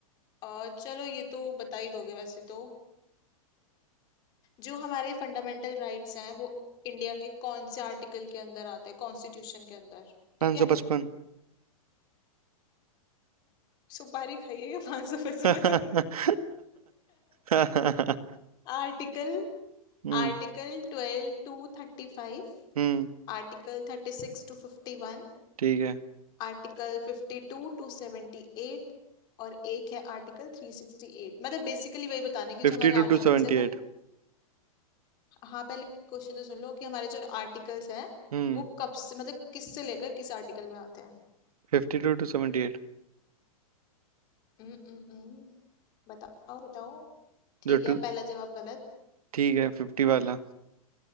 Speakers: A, on the left; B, on the right.
A: अ, चलो ये तो बता ही दोगे वैसे तो जो हमारे फंडामेंटल राइट्स हैं वो इंडिया के कौन से आर्टिकल के अंदर आते हैं कॉन्स्टिट्यूशन के अंदर
B: पाँच
A: ठीक है
B: सौ पचपन
A: सुपारी खाइएगा पाँच सौ पचपन
B: <laughs> यार।
A: article
B: हम्म
A: Article ट्वेल्व to थर्टी फाइव
B: हम्म
A: आर्टिकल थर्टी सिक्स टू फिफ्टी वन
B: ठीक है
A: आर्टिकल फिफ्टी to to सेवेंटी एट और एक है आर्टिकल थ्री सिक्सटी एट मतलब बेसिकली वही बताना है
B: Fifty
A: कि जो हमारे
B: two
A: आर्टिकल्स
B: two seventy
A: है वो
B: eight
A: हाँ पहले क्वेश्चन तो सुन लो कि हमारे जो आर्टिकल्स है
B: Hmm
A: वो कब से मतलब किस से लेकर किस आर्टिकल में आते हैं
B: Fifty two two seventy eight
A: हम्म, हम्म, हम्म, बताओ बताओ ठीक
B: जो
A: है
B: टू
A: पहला जवाब गलत
B: ठीक है फिफ्टी वाला